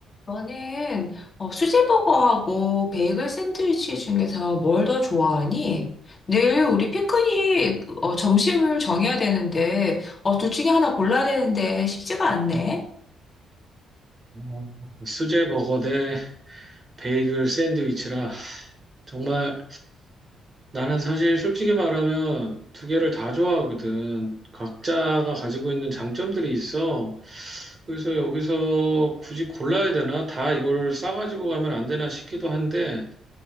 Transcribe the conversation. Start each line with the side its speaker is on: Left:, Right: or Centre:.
Left: 너는 어, 수제버거하고 베이글 샌드위치 중에서 뭘 더 좋아하니? 늘 우리 피크닉 어, 점심을 정해야 되는데 어, 둘 중에 하나 골라야 되는데 쉽지가 않네.
Right: 어, 수제 버거 대 베이글 샌드위치라. 정말 나는 사실 솔직히 말하면 두 개를 다 좋아하거든. 각자가 가지고 있는 장점들이 있어. 그래서 여기서 굳이 골라야 되나? 다 이걸 싸가지고 가면 안 되나 싶기도 한데,